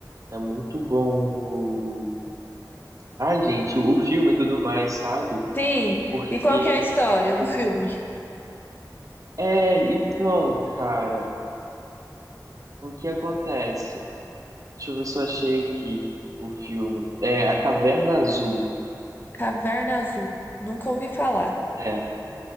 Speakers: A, on the right; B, on the left.
A: É muito bom. o- Ai, gente, o, o filme e tudo mais, sabe?
B: sim.
A: Porque
B: E qual que é a história do
A: o.
B: filme?
A: É, então, cara, o que acontece? Deixa eu ver se eu achei aqui o filme. É A Caverna Azul.
B: Caverna Azul. Nunca ouvi falar.
A: É,